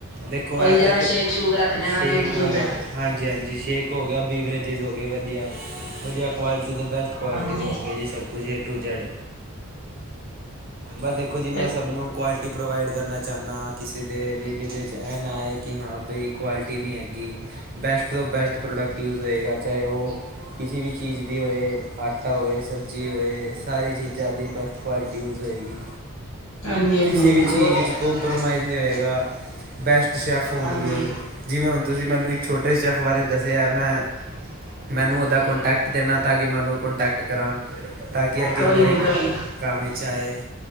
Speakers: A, on the right; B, on the left.
A: ਦੇਖੋ,
B: ਉਹਦੀ
A: ਇਹ
B: ਜਗ੍ਹਾ
A: ਤੇ ਫ
B: ਸ਼ੇਕ ਸ਼ੂਕ ਰੱਖ ਲੈਣਾ
A: ਸ਼ੇਕ
B: ਦੁੱਧ ਦੁੱਧ
A: ਵਗੈਰਾ ਹਾਂਜੀ- ਹਾਂਜੀ ਸ਼ੇਕ ਹੋ ਗਿਆ, ਬੀਵਰੇਜਿਸ ਹੋ ਗਏ ਵਧੀਆ ਵਧੀਆ ਕੁਆਲਿਟੀ ਦੇ ਬੈਸਟ ਕੁਆਲਿਟੀ
B: ਹਾਂਜੀ
A: ਦੇ ਹੋਣਗੇ ਜੀ ਸਭ ਕੁਛ ਏਟੂ ਜੈਡ। ਬਸ ਦੇਖੋ ਜੀ ਮੈਂ
B: ਹਾਂਜੀ
A: ਸਭ ਨੂੰ ਕੁਆਲਿਟੀ ਪ੍ਰੋਵਾਈਡ ਕਰਨਾ ਚਾਹੁੰਦਾ ਹਾਂ। ਦੇ ਵੀ ਦਿਲ 'ਚ ਐ ਨਾ ਆਏ, ਕਿ ਹਾਂ ਬਈ ਕੁਆਲਿਟੀ ਨਹੀਂ ਹੈਗੀ, ਬੈਸਟ ਤੋਂ ਬੈਸਟ ਪ੍ਰੋਡਕਟ ਯੂਜ ਹੋਏਗਾ ਚਾਹੇ ਉਹ ਕਿਸੀ ਵੀ ਚੀਜ਼ ਦੀ ਹੋਵੇ ਆਟਾ ਹੋਵੇ ਸਬਜ਼ੀ ਹੋਵੇ ਸਾਰੀ ਚੀਜ਼ਾਂ ਦੀ ਬੈਸਟ ਕੁਆਲਿਟੀ ਯੂਜ਼ ਹੋਏਗੀ,
B: ਹਾਂਜੀ
A: ਕਿਸੇ
B: ਹਾਂਜੀ
A: ਵੀ ਚੀਜ਼
B: ਉਹ
A: ਵਿੱਚ
B: ਤਾਂ
A: ਕੋਪਰੋਮਾਈਜ਼ ਨਹੀਂ ਹੋਏਗਾ। ਬੈਸਟ <unintelligible>
B: ਹਾਂਜੀ
A: ੂੰ ਉਹਦਾ ਕੋਂਟੈਕਟ ਦੇਣਾ ਤਾਂ ਕਿ ਮੈਂ ਉਹਨੂੰ ਕੋਂਟੈਕਟ ਕਰਾਂ ਤਾਂ ਕਿ ਅੱਗੇ
B: ਕੋਈ
A: ਉਹ ਮੇਰੇ
B: ਨੀ ਕੋਈ ਨੀ
A: ਕਾਮ ਚ ਆਏ,